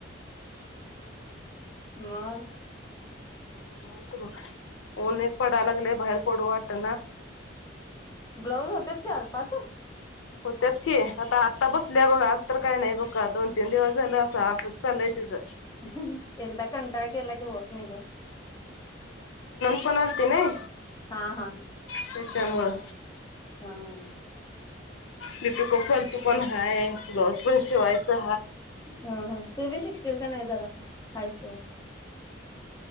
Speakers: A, on the left (about 15°); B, on the left (about 75°).
A: <inaudible> मग
B: निवांत बघ ऊन एक पडाय लागलयं बाहेर पडू वाटना.
A: ब्लाऊज होतेत चार पाच
B: होत्यात की आता आत्ता बसल्या बघा आज तर काय नाही बघ का दोन तीन दिवस झालं अस असंच चाललंय तिज.
A: <unintelligible> एकदा कंटाळ केला की होत नाही ग
B: कोण आलती नाई.
A: हा हा.
B: <unintelligible> त्याच्यामुळं
A: हा हा हा.
B: ती पिको फॉल च पण हाय ब्लाऊज पण शिवायचा
A: हां हां तू बी शिकशील का नाही जरासं हायसं तोवर.